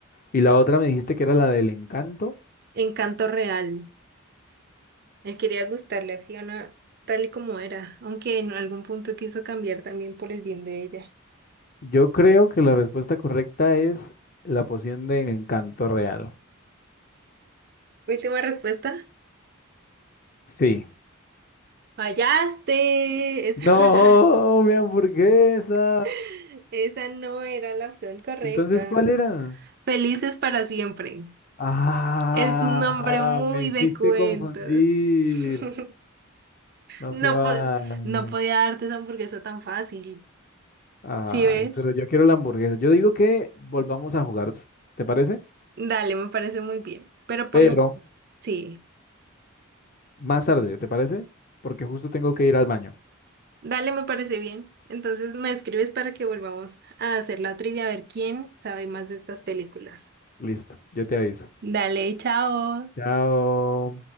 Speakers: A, on the left; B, on the right.
A: ¿Y la otra me dijiste que era la del encanto?
B: Encanto real. Él quería gustarle a Fiona tal y como era, aunque en algún punto quiso cambiar también por el bien de ella.
A: Yo creo que la respuesta correcta es la poción del encanto real.
B: Última respuesta.
A: Sí.
B: Fallaste. Esa
A: No,
B: no era,
A: mi hamburguesa.
B: <laughs> esa no era la opción correcta.
A: Entonces, ¿cuál era?
B: Felices para siempre.
A: Ah,
B: Es un nombre muy
A: me hiciste
B: de cuentos.
A: confundir.
B: <laughs>
A: No
B: No,
A: se vale.
B: po- no podía darte esa hamburguesa tan fácil.
A: Ay,
B: ¿Sí ves?
A: pero yo quiero la hamburguesa. Yo digo que volvamos a jugar, ¿te parece?
B: Dale, me parece muy bien. Pero por
A: Pero
B: lo... Sí.
A: más tarde, ¿te parece? Porque justo tengo que ir al baño.
B: Dale, me parece bien. Entonces me escribes para que volvamos a hacer la trivia, a ver quién sabe más de estas películas.
A: Listo, yo te aviso.
B: Dale, chao.
A: Chao.